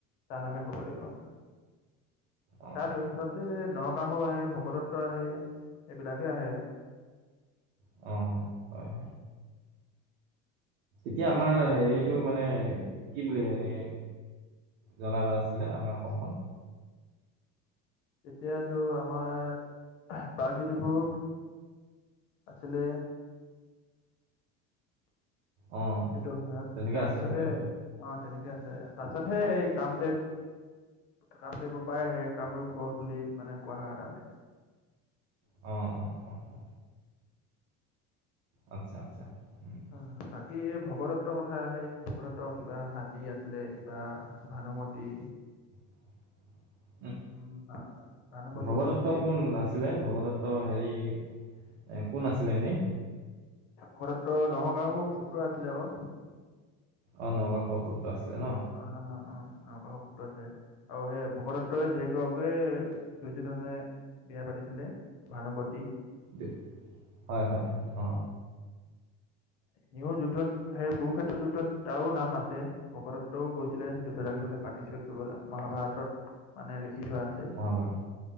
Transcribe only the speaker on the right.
অ
অ, হয় হয় এতিয়া আমাৰ হেৰিটো মানে কি বুলি এনেই। জনাজাত আছিলে আমাৰ অসমখন।
অঁ
তেনেকে
আছিল চাগে ন
অ, অ, অ, অ‌। আচ্ছা, আচ্ছা। উম,
<unintelligible>
ভগদত্ত
কোন আছিলে ভগদত্ত হেৰি এ কোন আছিলে এনেই
অ নৰকাসুৰ পুত্ৰ আছিলে ন।
দে হয়, হয়, হয় অ।
মহাভাৰত